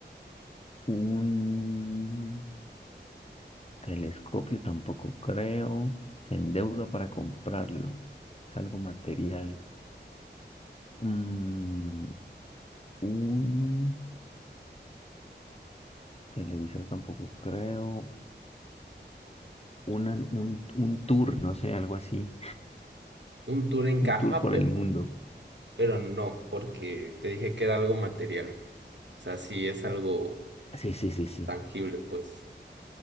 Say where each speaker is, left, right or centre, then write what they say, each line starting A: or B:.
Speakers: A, on the left; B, on the right.
A: un telescopio tampoco creo. Se endeuda para comprarlo. Es algo material. Mm, un televisor tampoco creo. una- un, un tour, no sé, algo así,
B: un tour en caja,
A: un tour por
B: pero,
A: el mundo.
B: pero no, porque te dije que era algo material. O sea, sí es algo
A: Sí, sí, sí, sí.
B: tangible, pues.